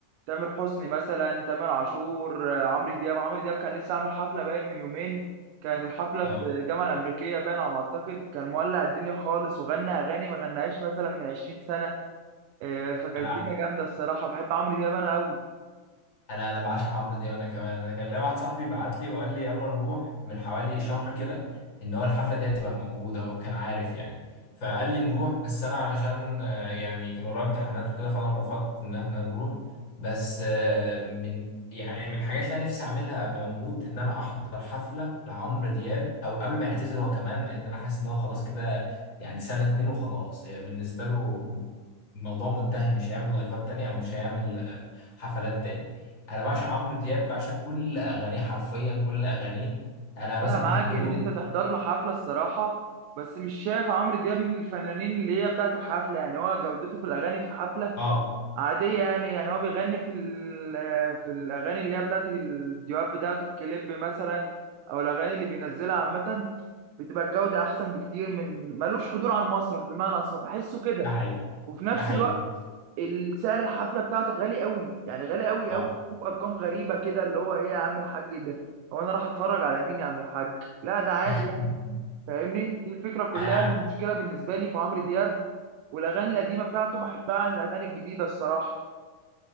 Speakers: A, on the right; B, on the left.
A: تامر حسني مثلا تامر عاشور آه، عمرو دياب عمرو دياب كان لسه عامل حفلة باين من يومين كانت الحفلة
B: اه
A: في الجامعة الأمريكية باين على ما أعتقد كان مولع الدنيا خالص وغنى أغاني ما غناهاش مثلا من 20 سنة آه، فكانت
B: أنا
A: الدنيا جامدة الصراحة بحب عمرو دياب أنا أوي
B: انا انا بعشق عمرو دياب انا كمان انا كان ليا واحد صاحبي بعت لي وقال لي يلا نروح من حوالي شهر كده ان هو الحفله دي هتبقى موجوده هو كان عارف يعني فقال لي نروح بس انا علشان آه، يعني كان ورايا امتحانات وكده فانا رفضت ان احنا نروح بس آه، من يعني من الحاجات اللي انا نفسي اعملها قبل ما اموت ان انا احضر حفله لعمرو دياب او قبل ما يعتزل هو كمان لان انا حاسس ان هو خلاص كده يعني سنه اتنين وخلاص هيبقى بالنسبه له الموضوع منتهي مش هيعمل لايفات تانية او مش هيعمل آه، حفلات تاني انا بعشق عمرو دياب بعشق كل اغانيه حرفيا كل اغانيه انا مثلا
A: أنا معاك
B: بحب له
A: إن أنت تحضر له حفلة الصراحة بس مش شايف عمرو دياب من الفنانين اللي هي بتاعت الحفلة يعني هو جودته في الأغاني في الحفلة
B: اه
A: عادية يعني يعني هو بيغني في ال- في الأغاني اللي هي بتاعت الفيديوهات بتاعته الكليب مثلا أو الأغاني اللي بينزلها عامة بتبقى الجودة أحسن بكتير من ملوش حضور على المسرح بمعنى أصح بحسه كده
B: ده حقيقي
A: وفي نفس
B: ده حقيقي
A: الوقت السعر الحفلة بتاعته غالي قوي يعني غالي قوي
B: اه
A: قوي بشوف أرقام غريبة كده اللي هو إيه يا عم الحاج ده هو أنا راح أتفرج على مين يا عم الحاج لا ده عادي
B: <laughs>
A: يعني فاهمني دي الفكرة كلها
B: انا
A: المشكلة بالنسبة لي في عمرو دياب والأغاني القديمة بتاعته بحبها عن الأغاني الجديدة الصراحة